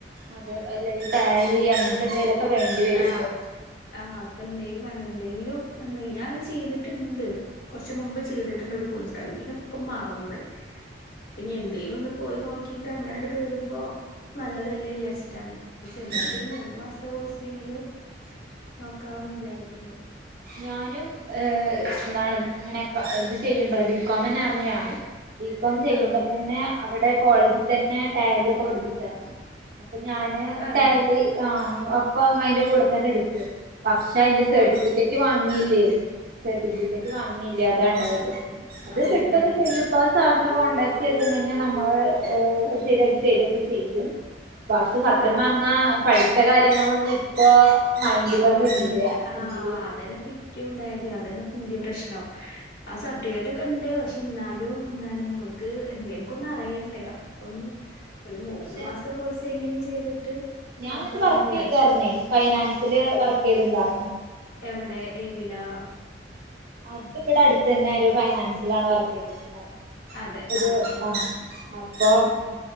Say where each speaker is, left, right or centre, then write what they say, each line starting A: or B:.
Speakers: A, on the right; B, on the left.
A: അതെ അല്ല ഈ തായലി അങ്ങനത്തെ എന്തെങ്കലുംക്കെ വേണ്ടി വരും
B: ആഹ്
A: ഇപ്പൊ
B: ആഹ് അപ്പൊ എന്തെങ്കിലും വേണ്ട എന്തെങ്കിലും എ ഞാൻ ചെയ്തിട്ടുണ്ട് കുറച്ച മുമ്പ് ചെയ്തിട്ടുണ്ട ഒരു കോഴസ് അഹ് പിന്നെപ്പൊക്കെ മറന്ന് അപ്പഞ്ഞി എന്തേലു ഒന്ന് പോയിനോക്കിട്ട് അങ്ങനെട് കേറുമ്പോ നല്ലതല്ലേ വിചാരിച്ചിട്ടാണ് പ്പ ചെറുതായിട്ട്
A: ഉം ഉം
B: ഒരു മൂന്നു മാസത്തെ കോഴ്സ് എന്തെങ്കിലും നോക്കാമെന്ന് വിചാരിക്കുണ്ട്.
A: ഞാനും ഏഹ് എന്താണ് ഇങ്ങനൊക്കെ ഇത് ചെയ്യുമ്പോഴേ ബി കോം തന്നെയായിരുന്നു ഞാനും. ബികോം ചെയ്യുമ്പോ
B: ആഹ്
A: തന്നെ അവിടെ കോളേജിൽ തന്നെ റ്റാലിയൊക്കെ പഠിപ്പിച്ചാരുന്നു അപ്പൊ ഞാന്
B: അതെ
A: ടാലി ആഹ് ഒപ്പം അയിന്റെ കൂടെ തന്നെ എടുത്തു. പക്ഷെ അതയിന്റെ സെർട്ടിഫിക്കറ്റ്
B: ആഹ്
A: വാങ്ങിയില്ലേയ് സർട്ടിഫിക്കറ്റ് വാങ്ങില്ലേ, അതാണ്ടായത്
B: ആഹ്
A: അത്
B: അതുണ്ടായില്ലേ
A: കിട്ടൊക്കെ ചെയ്യും ഇപ്പൊ. സാറിനെ കോണ്ടാക്ട് ചെയ്തിട്ടുണ്ടെങ്കി നമ്മള് ശരിയാക്കി തരുവൊക്കെ ചെയ്യും പക്ഷെ സത്യം
B: ആഹ്
A: പറഞ്ഞാ പഠിച്ച കാര്യങ്ങളൊന്നും ഇപ്പൊ മൈൻഡിലൊന്നും
B: ഓർമ്മയില്ല്യ
A: ഇല്ല
B: ആ
A: ഇല്ല
B: അതന്നെപ്പിക്കും ഉണ്ടായത് അതന്നെപ്പിന്റെയും പ്രശ്നം ആ സർട്ടിഫിക്കറ്റ് ഒക്കെണ്ട് പക്ഷെ ന്നാലും എന്താണ് മ്മക്ക് എന്തേലൊക്കെ ഒന്ന് അറിയണ്ടേയോ ഒന്നിൽ ഒരു മൂന്ന്
A: പക്ഷെ
B: മാസത്തെ കോഴ്സ് എങ്കിലും ചെയ്തിട്ട്.
A: ഞാൻ
B: നോക്കാന്ന്
A: എന്നിട്ട് വർക്ക്
B: വിചാരിച്ചു.
A: ചെയ്തായിരുന്നേ ഫൈനാൻസില് വർക്ക് ചെയ്തിണ്ടായിരുന്നു.
B: എവടെ ഏതിലാ
A: അത് ബ്ടെ അടുത്തന്നെ ഒരു ഫൈനാൻസിലാണ് വർക്ക് ചെയ്തിട്ടുണ്ടാരുന്നത്
B: അതെ
A: ഒരു
B: ആഹ് ആഹ്
A: ആ
B: ആഹ്
A: അപ്പൊ
B: ഉം ഉം